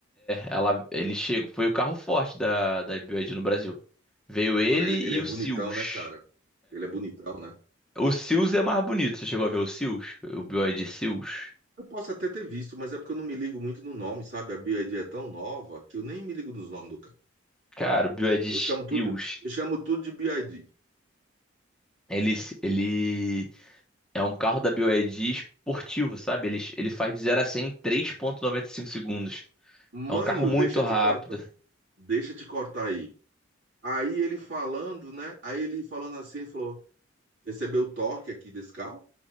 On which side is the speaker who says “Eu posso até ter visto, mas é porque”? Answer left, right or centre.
Right